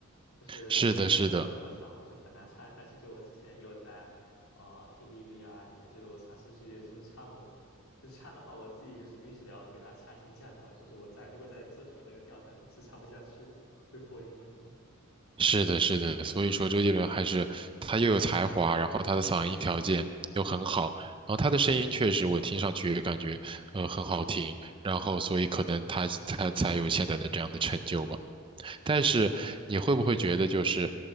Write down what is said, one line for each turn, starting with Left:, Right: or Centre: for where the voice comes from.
Left: 就是对于男生的话根本唱不就很难唱下去。
Right: 是的，是的。
Left: 就我之前也有在呃 KTV 啊里面，就是我尝试去就是唱过嘛，就是唱的话我自己就是必须得要给它强行降调，就是我在如果在周杰伦那个调上面，我是唱不下去的，<laughs> 会破音的那种。
Right: 是的，是的，所以说周杰伦还是他又有才华，
Left: 嗯
Right: 然后他的嗓音条件又很好，然后他的声音确实我听上去也感觉呃很好听，然后所以可能他他才有现在的这样的成就吧。但是你会不会觉得就是